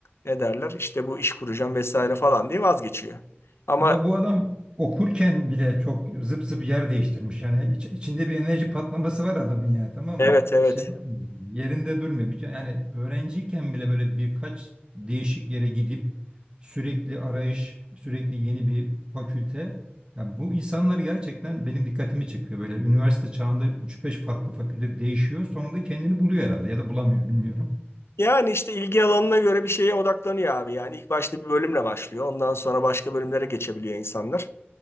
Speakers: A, on the left; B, on the right.
A: Ne derler? İşte bu iş kuracağım vesaire falan diye vazgeçiyor. Ama
B: Daha bu adam okurken bile çok zıp zıp yer değiştirmiş. Yani iç- içinde bir enerji patlaması var adamın ya tamam
A: evet
B: mı?
A: evet
B: Şey yapmıyor, yerinde durmuyor. Bir- Yani öğrenciyken bile böyle birkaç değişik yere gidip sürekli arayış, sürekli yeni bir fakülte. Ya bu insanlar gerçekten benim dikkatimi çekiyor. Böyle üniversite çağında üç beş farklı fakülte değişiyor. Sonunda kendini buluyor herhalde ya da bulamıyor bilmiyorum.
A: Yani işte ilgi alanına göre bir şeye odaklanıyor abi. Yani ilk başta bir bölümle başlıyor. Ondan sonra başka bölümlere geçebiliyor insanlar.